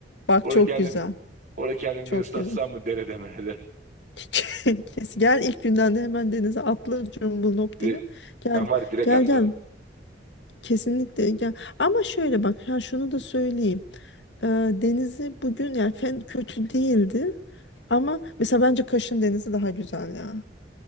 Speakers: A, on the left (about 80°); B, on the right (about 55°).
A: Bak
B: orada
A: çok
B: kendim
A: güzel.
B: Orada kendimi
A: Çok
B: bir ıslatsam
A: güzel.
B: mı derede merede.
A: <laughs> Kes, gel ilk günden de hemen denize atla cumbulop
B: Bir
A: diye.
B: de
A: Gel
B: ben var ya direkt
A: gel
B: atlarım.
A: gel. Kesinlikle gel. Ama şöyle bak ha şunu da söyleyeyim. Ee, denizi bugün yani fen kötü değildi. Ama mesela bence Kaş'ın denizi daha güzel ya.